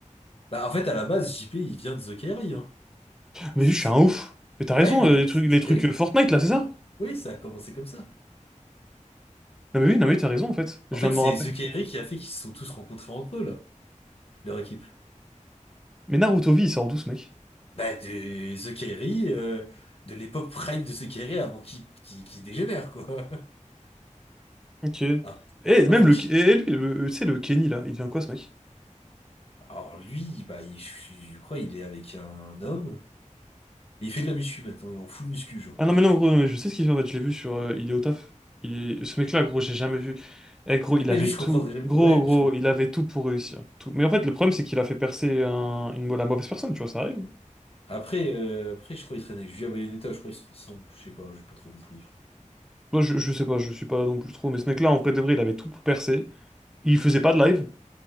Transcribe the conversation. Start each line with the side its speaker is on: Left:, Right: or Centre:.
Left: Bah, en fait, à la base, JP, il vient de The Kairi, hein.
Centre: Mais
Left: C'est-
Centre: je
Left: c'est-
Centre: suis un ouf. Mais t'as raison,
Left: Ouais,
Centre: euh,
Left: bah,
Centre: les trucs,
Left: c'est-
Centre: les
Left: c'est-
Centre: trucs
Left: bah oui,
Centre: euh, Fortnite là, c'est ça?
Left: oui, ça a commencé comme ça.
Centre: Non mais oui, non mais oui, t'as raison en fait. Je
Left: En
Centre: viens
Left: fait,
Centre: de
Left: c'est
Centre: m'en rappeler.
Left: The Kairi qui a fait qu'ils se sont tous rencontrés entre eux, là, leur équipe.
Centre: Mais Naruto V, il sort d'où ce mec?
Left: Bah, de The Kairi, euh, de l'époque prime de The Kairi avant qu'il qu'il qu'il dégénère, quoi. <laughs>
Centre: Ok. Et
Left: Ah,
Centre: même
Left: avant
Centre: le.
Left: qu'il
Centre: Et lui, le, euh, tu sais, le Kenny là, il devient quoi ce mec?
Left: Alors lui, bah, il- je, je crois il est avec un homme. Et il fait de la muscu maintenant, il est en full muscu, genre.
Centre: Ah non, mais non, gros, je sais ce qu'il fait en fait, je l'ai vu sur euh, Il est au taf. Il est- Ce mec-là, gros, j'ai jamais vu. Eh, gros, il
Left: Et
Centre: avait
Left: lui, je
Centre: tout.
Left: comprendrais jamais.
Centre: Gros,
Left: Ouais,
Centre: gros,
Left: je... com-
Centre: il avait tout pour réussir. Tout. Mais en fait, le problème, c'est qu'il a fait percer un- une... la mauvaise personne, tu vois, ça arrive.
Left: après, euh, après, je crois qu'il traîne avec Julia Bayonetta, je crois qu'ils sont ensemble. Je sais pas, j'ai pas trop compris, frère.
Centre: Moi, je, je sais pas, je suis pas non plus trop, mais ce mec-là, en vrai de vrai, il avait tout pour percer. Il faisait pas de live.